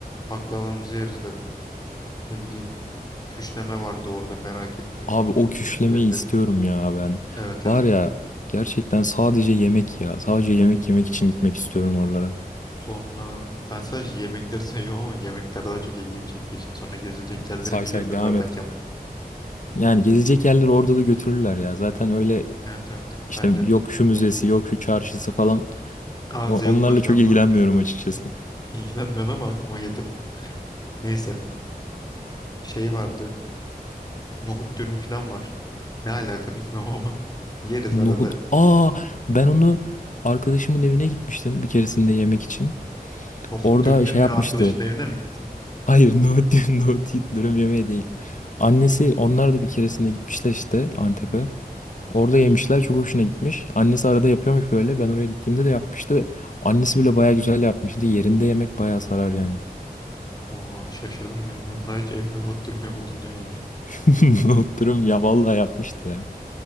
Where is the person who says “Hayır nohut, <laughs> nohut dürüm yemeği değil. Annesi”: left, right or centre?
Left